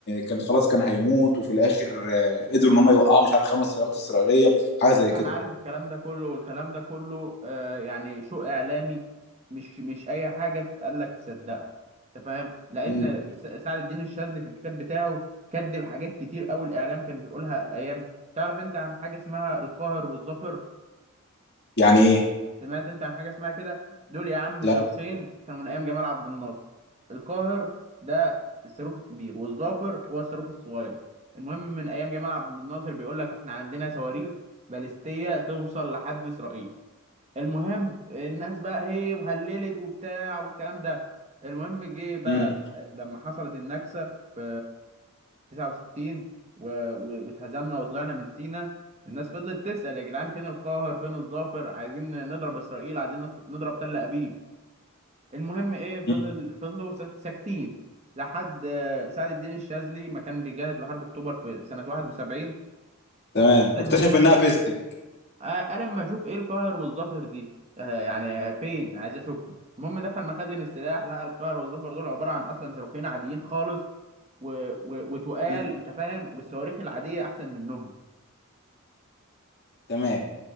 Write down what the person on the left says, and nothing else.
كان خلاص كان هيموت وفي الاخر آه، قدروا ان هم يوقعوا مش عارف خمس سيارات اسرائيليه حاجه زي كده
مم.
يعني ايه
لا
مم.
مم.
تمام
اكتشف
انها فيستك
مم.
تمام